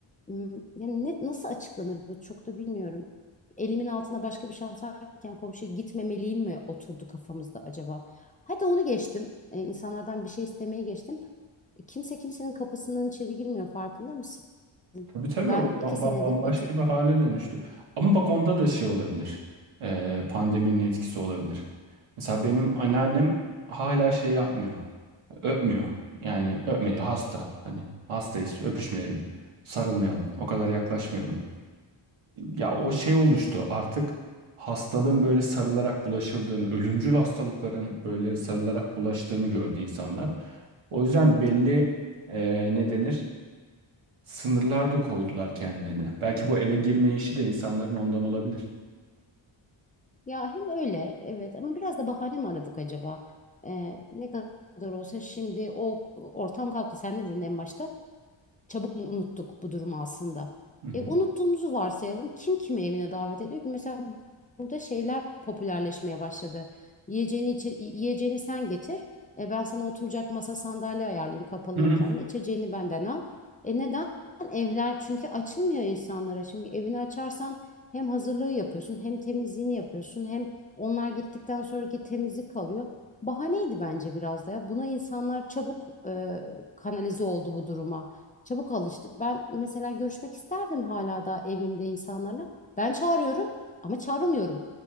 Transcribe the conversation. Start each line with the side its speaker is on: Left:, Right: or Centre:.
Left: m, yani ne, nasıl açıklanır bu çok da bilmiyorum. Elimin altında başka bir şans varken komşuya gitmemeliyim mi oturdu kafamızda acaba? Hadi onu geçtim. E, insanlardan bir şey istemeye geçtim. E, Kimse kimsenin kapısından içeri girmiyor farkında mısın?
Right: Tabii tabii
Left: Ben
Right: o
Left: iki
Right: ba-
Left: senedir
Right: ba- bambaşka
Left: otu
Right: bir hale dönüştü. Ama bak onda da şey olabilir. Ee, pandeminin etkisi olabilir. Mesela benim anneannem hala şey yapmıyor. Öpmüyor. Yani öpmedi hasta. Hani hastayız öpüşmeyelim. Sarılmayalım. O kadar yaklaşmayalım. Ya o şey oluştu artık hastalığın böyle sarılarak bulaşıldığını, ölümcül hastalıkların böyle sarılarak bulaştığını gördü insanlar. O yüzden belli e, ne denir sınırlar da koydular kendilerine. Belki bu eve girme işi de insanların ondan olabilir.
Left: Ya hem öyle evet ama biraz da bahane mi aradık acaba? Ee, ne kadar olsa şimdi o ortam kalktı. Sen ne dedin en başta? Çabuk mu unuttuk bu durumu aslında?
Right: Hı
Left: E, unuttuğumuzu varsayalım. Kim kimi evine davet ediyor ki? Mesela burada şeyler popülerleşmeye başladı. Yiyeceğini, içe- yiyeceğini sen getir. E, ben sana oturacak masa sandalye ayarlayayım kapalı
Right: hı.
Left: mekanda. İçeceğini benden al. E, neden? Evler çünkü açılmıyor insanlara. Çünkü evini açarsan hem hazırlığı yapıyorsun hem temizliğini yapıyorsun hem onlar gittikten sonraki temizlik kalıyor. Bahaneydi bence biraz da ya. Buna insanlar çabuk e, kanalize oldu bu duruma. Çabuk alıştık. Ben mesela görüşmek isterdim hala da evimde insanlarla. Ben çağırıyorum ama çağrılmıyorum.